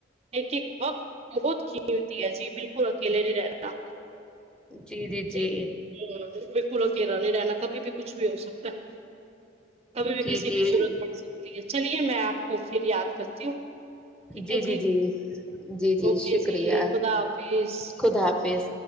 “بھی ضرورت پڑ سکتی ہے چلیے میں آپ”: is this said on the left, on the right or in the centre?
Right